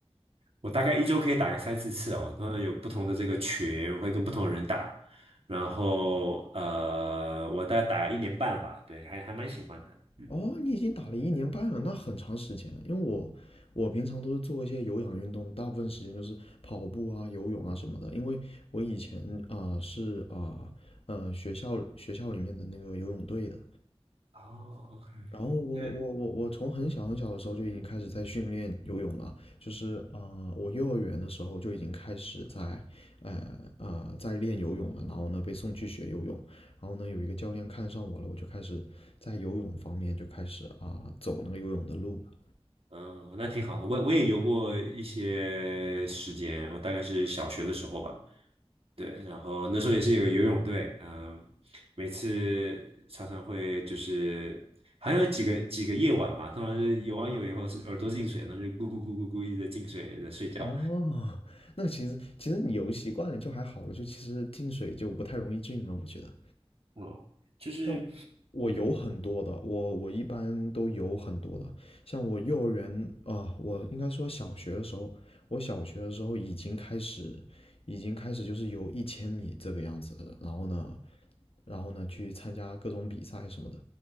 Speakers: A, on the right (about 65°); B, on the left (about 65°).
A: 我大概一周可以打个三四次哦，那有不同的这个群，我会跟不同的人打。然后呃，我大概打了一年半了吧，对，还还蛮喜欢的。嗯，
B: 哦，你已经打了一年半了，那很长时间了因为我我平常都是做一些有氧运动，大部分时间就是跑步啊、游泳啊什么的。因为我以前啊、是啊呃学校学校里面的那个游泳队的，
A: 哦
B: 然后我我我我从很小很小的时候就已经开始在训练游泳了，
A: ，OK，那
B: 就是啊、呃我幼儿园的时候就已经开始在，呃呃，在练游泳了。然后呢，被送去学游泳，然后呢，有一个教练看上我了，我就开始在游泳方面就开始啊、走那个游泳的路了。
A: 嗯，那挺好的。我我也游过一些时间，我大概是小学的时候吧。对，然后那时候也是有个游泳队，嗯，每次常常会就是还有几个几个夜晚嘛，通常是游完泳以后是耳朵进水，然后就咕咕咕咕咕一直在进水，在睡觉。
B: 哦，那其实其实你游习惯了就还好了，就其实进水就不太容易进了，我觉得。
A: 嗯，就是
B: 那我有很多的，
A: 嗯
B: 我我一般都有很多的。像我幼儿园啊、呃我应该说小学的时候，我小学的时候已经开始，已经开始就是游一千米这个样子的然后呢，然后呢去参加各种比赛什么的。